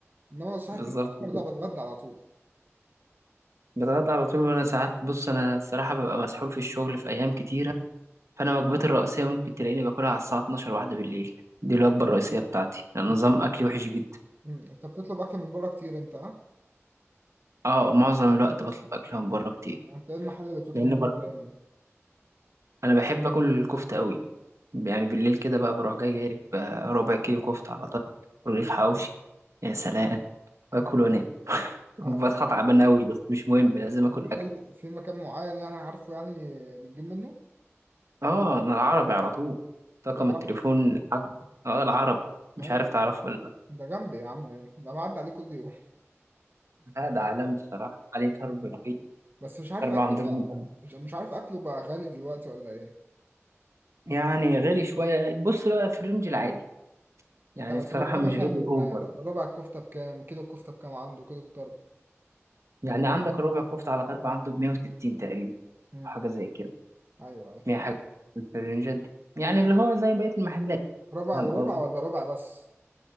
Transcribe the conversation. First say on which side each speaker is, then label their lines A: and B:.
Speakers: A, on the right; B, on the right.
A: انما لو صحيت
B: بالظبط
A: متاخر
B: كده
A: لا بتغدى على طول
B: بتغدى على طول وانا ساعات بص انا الصراحة ببقى مسحول في الشغل في ايام كتيرة فانا وجبتي الرئيسية ممكن تلاقيني باكلها على الساعة 12 واحدة بالليل دي الوجبة الرئيسية بتاعتي لأن
A: انت
B: نظام اكلي وحش جدا
A: مم. انت بتطلب اكل من بره كتير انت ها
B: اه معظم الوقت بطلب اكل من بره كتير
A: انت ايه المحل اللي بتطلب
B: لان بر-
A: منه دايما
B: انا بحب اكل الكفته قوي يعني بالليل كده بقى بروح جاي جايب آه، ربع كيلو كفته على طول ورغيف حواوشي يا سلام واكل وانام بصحى
A: آه،
B: تعبان قوي بس مش مهم
A: آه،
B: لازم اكل
A: في محل
B: اكل
A: في مكان معين يعني عارفه يعني بتجيب منه
B: اه انا العربي على طول طاقم
A: العربي
B: التليفون لحد اه العربي مش
A: ايوه
B: عارف تعرفه ولا
A: ده جنبي يا عم يعني. ده بعدي عليه كل يوم
B: لا ده عالمي الصراحه عليه ضرب رهيب
A: <laughs> بس مش عارف
B: ضرب
A: اكله
B: عندنا
A: بقى
B: جامد أوي.
A: مش مش عارف اكله بقى غالي دلوقتي ولا ايه
B: يعني غالي شويه بص بقى في الرينج العادي يعني
A: انت طب
B: الصراحه
A: انت
B: مش
A: مثلا
B: غالي اوفر
A: ربع الكفته بكام كيلو الكفته بكام عنده كيلو الطرب
B: يعني عندك ربع كفته على ضرب عنده ب 160 تقريبا
A: مم.
B: أو حاجه زي كده
A: ايوه ايوه
B: 100 حاجة في الرينجات دي يعني اللي هو زي بقية المحلات
A: ربع
B: فاهم
A: وربع
B: قصدي؟
A: ولا ربع بس